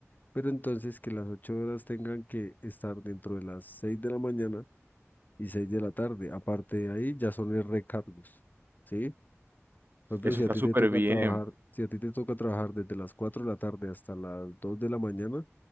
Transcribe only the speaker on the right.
Eso
está
súper
bien.